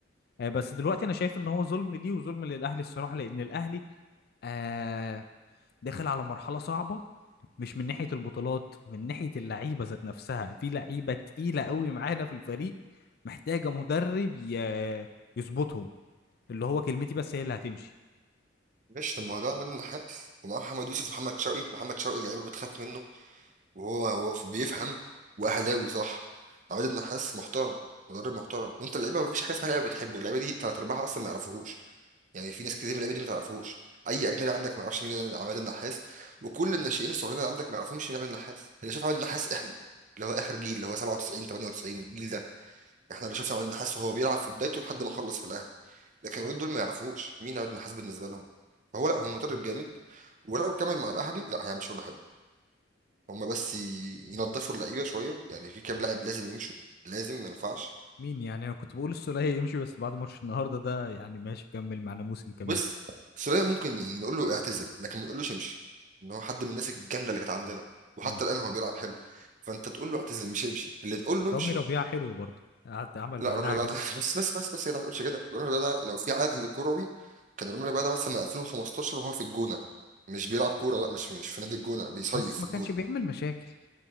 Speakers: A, on the left; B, on the right.
A: آه، بس دلوقتي انا شايف ان هو ظلم ليه وظلم للاهلي الصراحه لان الاهلي آه داخل على مرحله صعبه مش من ناحيه البطولات من ناحيه اللعيبه ذات نفسها في لعيبه تقيله قوي معانا في الفريق محتاجه مدرب ي- يظبطهم اللي هو كلمتي بس هي اللي هتمشي
B: ماشي طب ما هو ده عماد النحاس ومعاه محمد يوسف ومحمد شوقي محمد شوقي اللعيبه بتخاف منه وهو هو بيفهم واهلاوي صح عماد النحاس محترم مدرب محترم وانت اللعيبه مفيش حاجه اسمها لعيبه بتحبه اللعيبه دي تلات ارباعها اصلا ما يعرفوهوش يعني في ناس كتير من اللعيبه دي ما تعرفوهوش اي اجنبي عندك ما يعرفش مين عماد النحاس وكل الناشئين الصغيرين اللي عندك ما يعرفوش مين عماد النحاس اللي شاف عماد النحاس احنا اللي هو اخر جيل اللي هو 97 98 الجيل ده احنا اللي شفنا عماد النحاس وهو بيلعب في بدايته لحد ما خلص في الاهلي لكن الولاد دول ما يعرفوش مين عيد النحاس بالنسبه لهم فهو لا هو مدرب جامد ولو كمل مع الاهلي لا هيعمل شغل حلو هما بس ي- ينضفوا اللعيبه شويه يعني في كام لاعب لازم يمشوا لازم ما ينفعش
A: مين يعني انا كنت بقول السولية يمشي بس بعد ماتش النهارده ده يعني ماشي كمل معانا موسم كمان
B: بس سولية ممكن نقول له اعتزل لكن ما نقولوش امشي ان هو حد من الناس الجامده اللي كانت عندنا وحتى
A: امم
B: الان هو بيلعب حلو فانت تقول له اعتزل مش امشي اللي تقول
A: طب
B: له
A: رامي
B: امشي
A: ربيعة حلو برضه قعد عمل
B: لا
A: معانا
B: رامي ربيعة
A: حاجات
B: ده <laughs> بس بس بس بس يا جدع ما تقولش كده رامي ربيعة ده لو في عدل كروي كان رامي ربيعة ده مثلا 2015 وهو في الجونة مش بيلعب كورة لا مش مش في نادي الجونة بيصيف
A: بس ما
B: في الجونة
A: كانش بيعمل مشاكل